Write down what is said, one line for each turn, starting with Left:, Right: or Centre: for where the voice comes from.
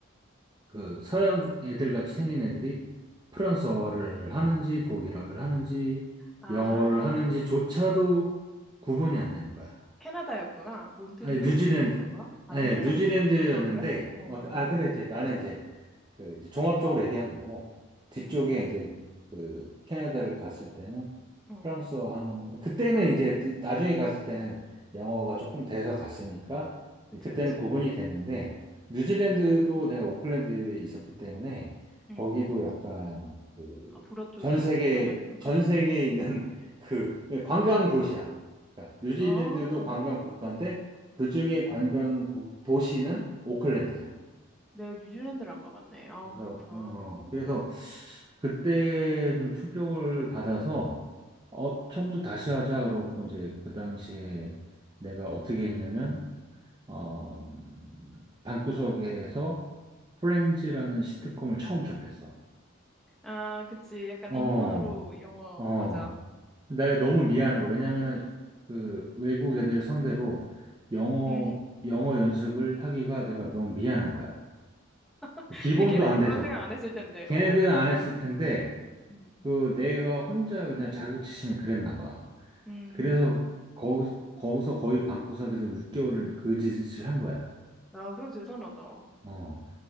Right: 그 서양 애들 같이 생긴 애들이 프랑스어를 하는지 독일어를 하는지
Centre: 아,
Right: 영어를 하는지조차도 구분이 안 되는 거야.
Centre: 캐나다였구나. 몬트리올
Right: 아니 뉴질랜드
Centre: 쪽이었던 거야?
Right: 아니
Centre: 아, 뉴질랜드에도
Right: 뉴질랜드였는데
Centre: 불어를 해? 어,
Right: 어, 그, 아
Centre: 어,
Right: 근데 이제 나는 이제 그 이제 종합적으로 얘기한 거고 뒤쪽에
Centre: 음,
Right: 이제
Centre: 음,
Right: 그 캐나다를 갔을 때는
Centre: 음.
Right: 프랑스어
Centre: 어.
Right: 하는 그때는 이제 뒤- 나중에 갔을 때는 영어가 조금 돼서 갔으니까
Centre: 그치,
Right: 그때는
Centre: 그치.
Right: 구분이 되는데 뉴질랜드도 내가 오클랜드에 있었기 때문에
Centre: 음.
Right: 거기도 약간 그
Centre: 아, 불어 쪽이
Right: 전 세계
Centre: 영향이 큰가?
Right: 전 세계에
Centre: 어.
Right: 있는 <laughs> 그 관광 도시야. 그러니까 뉴질랜드도
Centre: 아,
Right: 관광 국가인데 그중에 관광 국- 도시는 오클랜드야.
Centre: 내가 뉴질랜드를 안 가봤네. 아,
Right: 맞아요.
Centre: 그렇구나.
Right: 어,
Centre: 어. 어.
Right: 그래서 그때 좀 충격을 받아서 어, 처음부터 다시 하자 그러고 이제 그 당시에 내가 어떻게
Centre: 음.
Right: 했냐면 어, 음, 방구석에서 프렌즈라는 시트콤을 처음 접했어.
Centre: 아, 그치. 약간
Right: 어,
Centre: 입문으로 영어,
Right: 어.
Centre: 맞아.
Right: 내가 너무 미안한 거. 왜냐면은 그 외국 애들 상대로 영어,
Centre: 음.
Right: 영어 연습을 하기가 내가 너무 미안한 거야.
Centre: <laughs>
Right: 기본도
Centre: 근데 걔네는
Right: 안 돼서.
Centre: 그런 생각 안 했을 텐데,
Right: 걔네들은
Centre: 어.
Right: 안 했을
Centre: 음,
Right: 텐데
Centre: 음,
Right: 그 내가 혼자 그냥 자격지심이 그랬나 봐.
Centre: 음.
Right: 그래서 거기서, 거기서 거의 방구석에서 6개월을 그 짓을 한 거야.
Centre: 아, 그래도 대단하다.
Right: 어.